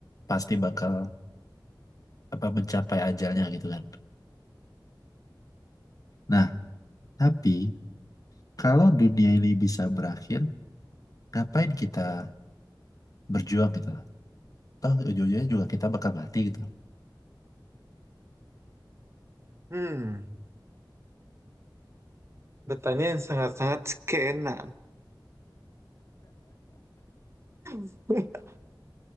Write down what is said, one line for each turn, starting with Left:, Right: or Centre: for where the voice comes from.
Left: pasti bakal apa mencapai ajalnya gitu kan. Nah, tapi kalau dunia ini bisa berakhir, ngapain kita berjuang gitu lah. Toh ujung-ujungnya juga kita bakal mati gitu.
Right: Hmm, bertanya yang sangat-sangat skena. <laughs>